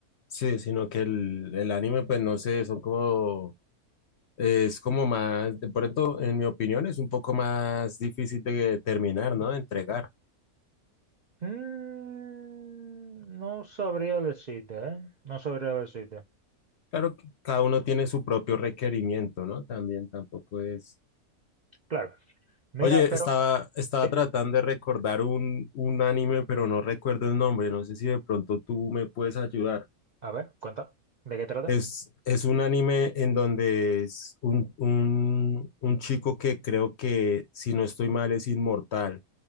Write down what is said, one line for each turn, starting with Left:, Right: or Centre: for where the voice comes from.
Left: Sí, sino que el, el anime, pues no sé, son como Es como más, de pronto, en mi opinión, es un poco más difícil de terminar, ¿no? De entregar.
Right: Mm, no sabría decirte, ¿eh? No sabría decirte.
Left: Claro que cada uno tiene su propio requerimiento, ¿no? También tampoco es.
Right: Claro. Mira,
Left: Oye,
Right: pero.
Left: estaba, estaba
Right: Sí,
Left: tratando de recordar un, un anime, pero no recuerdo el nombre. No sé si de pronto tú me puedes ayudar.
Right: a ver, cuenta. ¿De qué trata?
Left: Es, es un anime en donde es un, un, un chico que creo que, si no estoy mal, es inmortal.